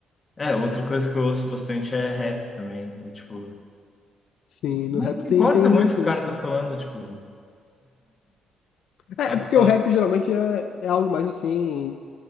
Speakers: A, on the left; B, on the left.
A: É, outra coisa que eu ouço bastante é rap também. E, tipo,
B: Sim, no
A: não
B: rap
A: importa
B: tem, tem
A: muito
B: umas
A: o
B: coisas
A: que o cara
B: assim.
A: tá falando, tipo,
B: É,
A: pode
B: é porque
A: falar.
B: o rap geralmente é, é algo mais assim.